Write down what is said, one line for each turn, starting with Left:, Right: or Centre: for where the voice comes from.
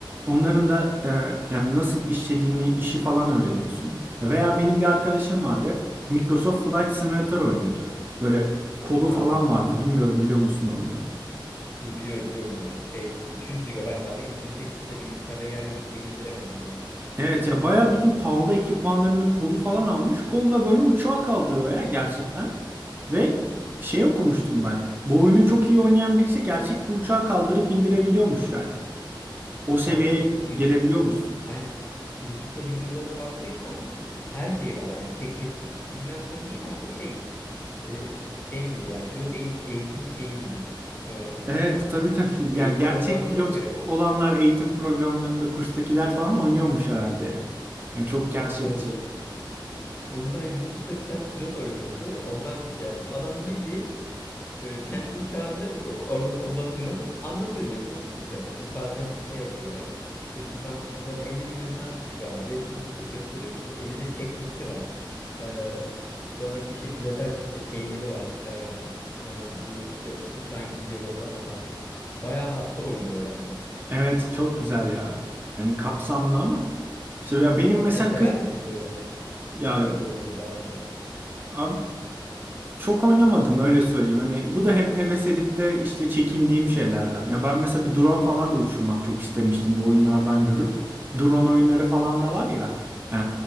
Right: Onların da e, yani nasıl işlediğini, işi falan öğreniyorsun. Veya benim bir arkadaşım vardı. Microsoft Flight Simulator oynuyordu. Böyle kolu
Left: Aa,
Right: falan vardı. Bilmiyorum biliyor musun oyunu?
Left: bi- biliyorum biliyorum yani. Şey 200 GB abi indirecektim de bilgisayarda yer yok diye indiremedim ben de.
Right: Evet ya bayağı bildiğin pahalı ekipmanlarını kolu falan almış. Kolla böyle uçağı kaldırıyor ya gerçekten. Ve şey okumuştum ben. Bu oyunu çok iyi oynayan birisi gerçek bir uçağı kaldırıp indirebiliyormuş yani. O seviyeye
Left: Abi onun YouTube
Right: gelebiliyormuşsun.
Left: aynen YouTube'da videolarına baktıysan her şeyi var yani checklist simülasyon değil artık şey re- şey gibi yani pilot eğitim, eğitim şeyi gibi. Ee,
Right: Evet tabii tabii. <laughs>
Left: bu
Right: Yani
Left: eğitim
Right: gerçek
Left: programları
Right: pilot
Left: olur ya.
Right: olanlar eğitim programlarında kurstakiler falan oynuyormuş herhalde. Yani çok gerçekçi.
Left: Abi, onu ben YouTube'da bir tane pilot oynuyordu. Ondan şey yaptım. Adam bildiğin e, kendi uçağını e, orada kullanıyor. Anlatıyor direkt buna tıklayacaksınız. Bazen şey yapıyor. İşte şuradan o zaten 50 milyon tane tuş var abi. Hepsini tık tık gösteriyor. İşte elinde checklisti var. Ee, sonra işte pilotaj e, şeyleri var. Ee, e, bu işte uçağın gideceği rota mota. Bayağı hasta oyunu o yani.
Right: Evet çok güzel ya. Yani kapsamlı ama. İşte ya benim mesela
Left: Sen sever
Right: kız
Left: misin böyle
Right: ya
Left: uçak oyunları falan filan?
Right: abi Çok oynamadım öyle söyleyeyim. Hani bu da hep heves edip de işte çekindiğim şeylerden. Ya ben mesela bir drone falan da uçurmak çok istemiştim bu oyunlardan görüp. Drone oyunları falan da var ya. e,